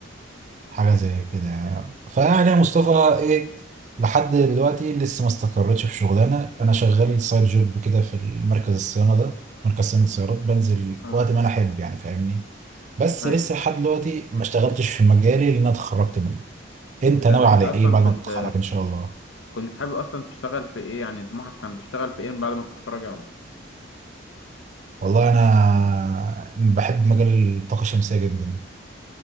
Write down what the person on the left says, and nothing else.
اه
ايوه
طب
أنت
أصلا
كنت
كنت حابب أصلا تشتغل في إيه يعني طموحك كان تشتغل في إيه من بعد ما تتخرج يا عمر